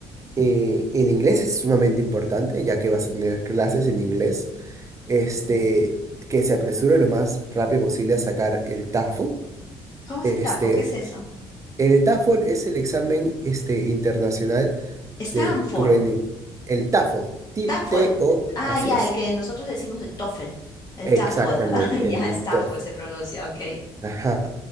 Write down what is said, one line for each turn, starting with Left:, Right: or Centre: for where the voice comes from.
Right: Eh, el inglés es sumamente importante, ya que vas a tener clases en inglés. este,
Left: Ujú.
Right: que se apresure lo más rápido posible a sacar el TOEFL.
Left: ¿Cómo es
Right: Este,
Left: el TAFO? ¿Qué es eso?
Right: el TOEFL es el examen este, internacional
Left: Stanford,
Right: de tu rendimiento. El TOEFL, T-
Left: TAFOL.
Right: T-O,
Left: Ah,
Right: así
Left: ya,
Right: es.
Left: el que nosotros decimos el TOEFL. El
Right: Exactamente,
Left: TAFOL. <laughs> Ah, ya,
Right: el
Left: Stafford
Right: TOEFL.
Left: se pronuncia, ok.
Right: Ajá.